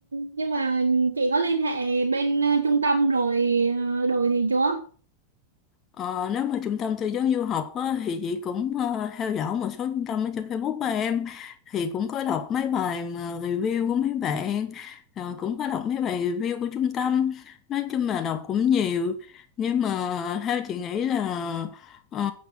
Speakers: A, on the right; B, on the left.
A: Nhưng mà chị có liên hệ bên ờ, trung tâm rồi ờ, Đồ gì chưa
B: Ờ, nếu mà trung tâm tư vấn du học á, thì chị cũng ờ, theo dõi một số trung tâm ở trên Facebook của em thì cũng có đọc mấy bài mà review của mấy bạn ờ, cũng có đọc mấy bài review của trung tâm nói chung là đọc cũng nhiều nhưng mà theo chị nghĩ là ờ,